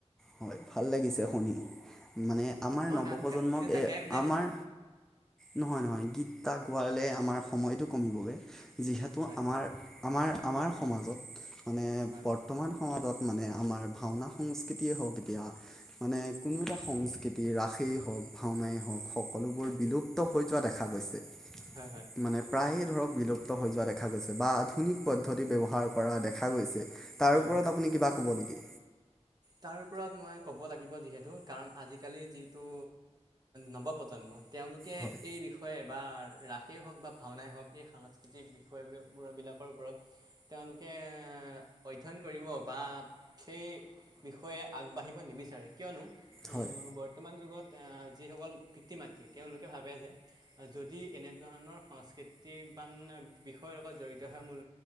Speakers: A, in the centre; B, on the right.
A: হয় ভাল লাগিছে শুনি। মানে আমাৰ
B: মই
A: নৱপ্ৰজন্মক
B: গান গীত এটা
A: এ
B: গাই শুনাই
A: আমাৰ
B: দিওঁ
A: নহয় নহয় গীত তাক গোৱালে আমাৰ সময়টো কমিবগৈ যিহেতু
B: হয়
A: আমাৰ আমাৰ আমাৰ সমাজত মানে
B: হয়
A: বৰ্তমান সমাজত মানে আমাৰ ভাওনা সংস্কৃতিয়ে হওক এতিয়া মানে কোনো এটা সংস্কৃতি ৰাসেই হওক ভাওনাই হওক। সকলোবোৰ
B: হয়
A: বিলুপ্ত হৈ যোৱা দেখা গৈছে
B: হয় হয়
A: মানে প্ৰায়ে ধৰক বিলুপ্ত হৈ যোৱা দেখা গৈছে বা আধুনিক পদ্ধতি ব্যৱহাৰ কৰা দেখা গৈছে। তাৰ
B: হয়
A: ওপৰত
B: হয়
A: আপুনি কিবা কব নেকি?
B: তাৰ ওপৰত মই ক'ব লাগিব যিহেতু কাৰণ আজিকালি যিটো নৱপ্ৰজন্ম। তেওঁলোকে
A: হয়
B: এই বিষয়ে। বা ৰাসেই হওক বা ভাওনাই হওক এই সাংস্কৃতিক বিষয় বিলাকৰ ওপৰত তেওঁলোকে অধ্যয়ন কৰিব বা সেই বিষয়ে আগবাঢ়িব নিবিচাৰে কিয়নো
A: হয়
B: আহ বৰ্তমান যুগত আহ যিসকল। মাতি তেওঁলোকে ভাবে যে যদি এনেধৰণৰ সংস্কৃতিবান বিষয়ৰ লগত জড়িত হৈ মোৰ